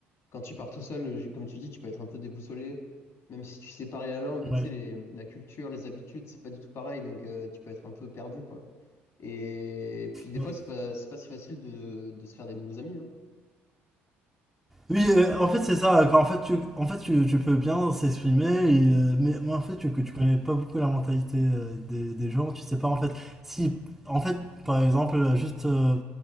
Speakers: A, on the left (about 60°); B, in the centre.
A: Quand tu pars tout seul, euh, comme tu dis, tu peux être un peu déboussolé, même si tu sais parler la langue,
B: Ouais,
A: tu sais, les- la culture, les habitudes, c'est pas du tout pareil, donc euh, tu peux être un peu perdu, quoi. Et, et puis des
B: ouais,
A: fois, c'est pas, c'est pas si facile de, de se faire des nouveaux amis, hein.
B: Oui, euh, en fait, c'est ça. Quand, en fait, tu, en fait, tu, tu peux bien s'exprimer, et, euh, mais, mais en fait, tu, que tu connais pas beaucoup la mentalité euh, des, des gens. Tu sais pas, en fait, si, en fait, par exemple, euh, juste, euh,